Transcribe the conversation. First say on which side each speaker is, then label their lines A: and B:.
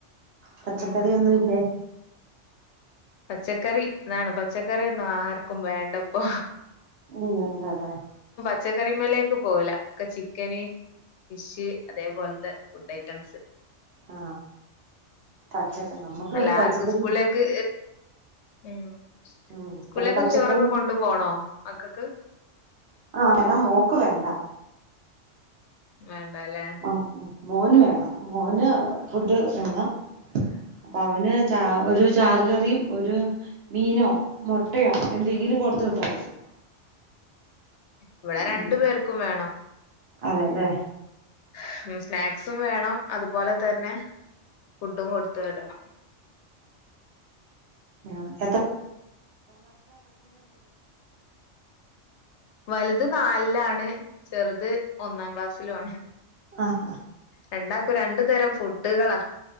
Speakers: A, on the right; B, on the left.
A: പച്ചക്കറി
B: ഉം
A: ഒന്നും ഇല്ലേ
B: പച്ചക്കറി അതാണ് പച്ചക്കറി ഒന്നും ആർക്കും വേണ്ടപ്പോ
A: മ്മ് വേണ്ടാല്ലേ
B: പച്ചക്കറി മേലേക്ക് പോവില്ല ഒക്കെ ചിക്കന് ഫിഷ് അതേപോലത്തെ ഫുഡായിരിക്കും ഐറ്റംസ്
A: ആ പച്ചക്ക നമ്മുക്ക് ഇവിടെ
B: എല്ലാർക്കും
A: പച്ചക്കറി
B: സ്കൂലേക്ക് മ്മ്
A: ഉം
B: സ്കൂളിലൊക്കെ
A: ഇവിടെ പച്ചക്കറി
B: ചോറൊക്കെ കൊണ്ടു പോണോ മക്കൾക്ക്
A: ആഹ് വേണം മോൾക്ക് വേണ്ട
B: വേ ണ്ടല്ലേ
A: ആ മോന് വേണം മോന് ഫുഡ് വേണം അപ്പൊ അവന് ചാ ഒരു ചാറ് കറിയും ഒരു മീനോ മുട്ടയോ എന്തെങ്കിലും കൊടുത്ത വിട്ടാൽ മതി
B: ഇവിടെ രണ്ടു
A: ഉം
B: പേർക്കും വേണം
A: അതെല്ലേ
B: <unintelligible> സ്നാക്സും വേണം അതുപോലെ തന്നെ ഫുഡും കൊടുത്തു വിടാ
A: ആഹ് എ
B: വലുത് നാലിലാണ് ചെറുത് ഒന്നാം ക്ലാസ്സിലും ആണ്
A: ആഹ്
B: രണ്ടാക്കും രണ്ടു തരം ഫുഡ് ഡുകളാ